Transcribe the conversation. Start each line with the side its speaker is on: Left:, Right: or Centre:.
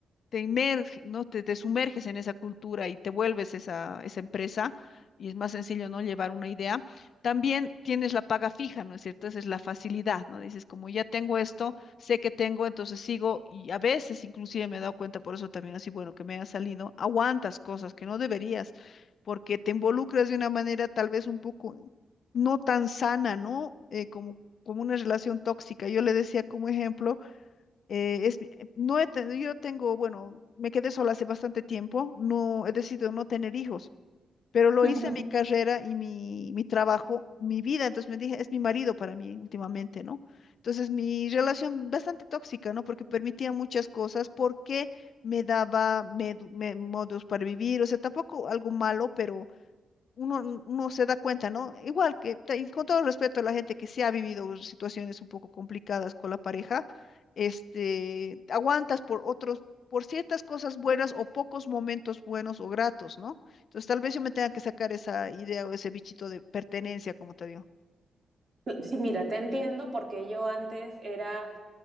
Left: te inmerges, ¿no? Te, te sumerges en esa cultura y te vuelves esa, esa empresa y es más sencillo, ¿no? Llevar una idea. También tienes la paga fija, ¿no es cierto? Esa es la facilidad, ¿no? Dices, como ya tengo esto, sé que tengo, entonces sigo y a veces inclusive me he dado cuenta, por eso también así, bueno, que me ha salido, aguantas cosas que no deberías porque te involucras de una manera tal vez un poco no tan sana, ¿no? Eh, como, como una relación tóxica. Yo le decía como ejemplo eh, es, eh, no he ten- yo tengo, bueno, me quedé sola hace bastante tiempo, no he decidido no tener hijos, pero lo
Right: Ujú.
Left: hice mi carrera y mi, mi trabajo, mi vida, entonces me dije, es mi marido para mí últimamente, ¿no? Entonces mi relación bastante tóxica, ¿no? Porque permitía muchas cosas, porque me daba medu- me- modos para vivir, o sea, tampoco algo malo, pero uno, uno se da cuenta, ¿no? Igual que, ta- y con todo respeto a la gente que sí ha vivido situaciones un poco complicadas con la pareja, este, aguantas por otros, por ciertas cosas buenas o pocos momentos buenos o gratos, ¿no? Entonces tal vez yo me tenga que sacar esa idea o ese bichito de pertenencia, como te digo.
Right: Sí, mira, te entiendo porque yo antes era